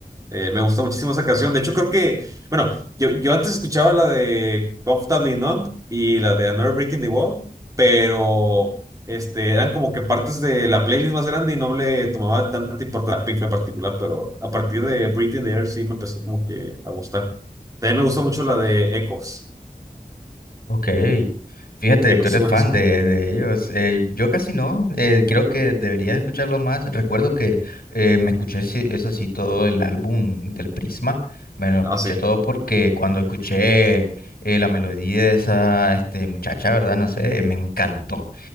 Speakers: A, on the right (about 20°); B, on the left (about 70°).
A: Eh, me gusta muchísimo esa canción. De hecho, creo que, bueno, yo, yo antes escuchaba la de Comfortably Numb y la de Another Breaking the Wall, pero este, eran como que partes de la playlist más grande y no le tomaba tanta importancia a Pink en particular, pero a partir de Breathing the Air sí me empezó como que a gustar. También me gusta mucho la de Echoes.
B: Ok, fíjate,
A: Echoes
B: tú eres
A: es buenísimo.
B: fan de, de ellos. Eh, yo casi no, eh, creo que debería escucharlo más. Recuerdo que eh, me escuché, sí- eso sí, todo el álbum del Prisma. Me lo
A: Ah,
B: escuché
A: sí,
B: todo porque cuando escuché eh, la melodía de esa este, muchacha, ¿verdad? No sé, me encantó.